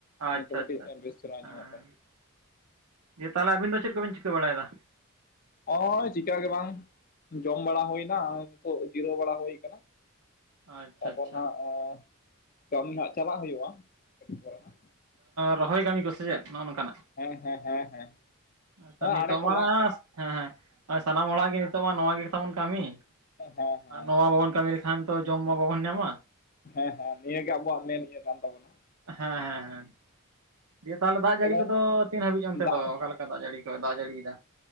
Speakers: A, on the right; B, on the left.
A: ᱟᱪᱪᱷᱟ
B: ᱱᱤᱛᱚᱜ ᱠᱟᱹᱴᱤᱡ
A: ᱟᱪᱪᱷᱟ ᱟᱪᱪᱷᱟ
B: ᱵᱮᱥ ᱪᱮᱦᱨᱟ ᱟᱸᱢᱚᱜ
A: ᱦᱮᱸ
B: ᱠᱟᱱᱟ᱾
A: ᱫᱤᱭᱮ ᱛᱟᱦᱚᱞᱮ ᱟᱵᱤᱱ ᱫᱚ ᱪᱮᱫ ᱠᱚᱵᱤᱱ ᱪᱤᱠᱟᱹ ᱵᱟᱲᱟᱭᱫᱟ?
B: ᱚᱸᱭ ᱪᱮᱠᱟ ᱜᱮ ᱵᱟᱝ ᱡᱚᱢ ᱵᱟᱲᱟ ᱦᱩᱭᱱᱟ, ᱦᱤᱛᱚᱜ ᱡᱤᱨᱟᱹᱣ ᱵᱟᱲᱟ ᱦᱩᱭ ᱠᱟᱱᱟ,
A: ᱟᱪᱪᱷᱟ
B: ᱛᱟᱯᱚᱨ
A: ᱟᱪᱪᱷᱟ
B: ᱦᱟᱸᱜ ᱮᱸ ᱠᱟᱹᱢᱤ ᱦᱟᱸᱜ ᱪᱟᱞᱟᱜ ᱦᱩᱭᱩᱜᱼᱟ ᱠᱟᱹᱴᱤᱡ ᱯᱚᱨᱮ ᱦᱟᱸᱜ᱾
A: ᱨᱚᱦᱚᱭ ᱠᱟᱹᱢᱤ ᱠᱚᱥ ᱪᱮᱫ ᱱᱚᱜᱼ ᱱᱚᱝᱠᱟᱱᱟᱜ?
B: ᱦᱮᱸ ᱦᱮᱸ ᱦᱮᱸ ᱦᱮᱸ ᱦᱮᱸ
A: ᱟᱪᱪᱚ
B: ᱟᱲᱮ
A: ᱱᱤᱛᱳᱜ
B: ᱠᱚ
A: ᱢᱟ
B: ᱞᱟᱜ
A: ᱦᱮᱸ ᱦᱮᱸ ᱥᱟᱱᱟᱢ ᱦᱚᱲᱟᱜ ᱜᱮ ᱱᱤᱛᱚᱜ ᱢᱟ ᱱᱚᱣᱟ ᱜᱮᱛᱟᱵᱚᱱ ᱠᱟᱹᱢᱤ,
B: ᱦᱮᱸ ᱦᱮᱸ ᱦᱮᱸ
A: ᱟᱨ ᱱᱚᱣᱟ ᱵᱟᱵᱚᱱ ᱠᱟᱹᱢᱤ ᱞᱮᱠᱷᱟᱱ ᱛᱚ ᱡᱚᱢ ᱢᱟ ᱵᱟᱵᱚᱱ ᱧᱟᱢᱟ᱾
B: ᱦᱮᱸ ᱦᱮᱸ ᱱᱤᱭᱟᱹ ᱜᱮ ᱟᱵᱚᱣᱟᱜ ᱢᱮᱱ ᱤᱭᱟᱹ ᱠᱟᱱ ᱛᱟᱵᱚᱱᱟ᱾
A: ᱦᱮᱸ ᱦᱮᱸ ᱦᱮᱸ᱾ ᱫᱤᱭᱮ ᱛᱟᱦᱚᱞᱮ ᱫᱟᱜ ᱡᱟᱹᱲᱤ
B: ᱛᱚᱵᱮ
A: ᱠᱚᱫᱚ ᱛᱤᱱ ᱦᱟᱹᱵᱤᱡ ᱚᱱᱛᱮ
B: ᱫᱟᱜ
A: ᱫᱚ ᱚᱠᱟᱞᱮᱠᱟ ᱫᱟᱜ ᱡᱟᱹᱲᱤ ᱠᱚᱭ ᱫᱟᱜ ᱡᱟᱹᱲᱤᱭᱫᱟ?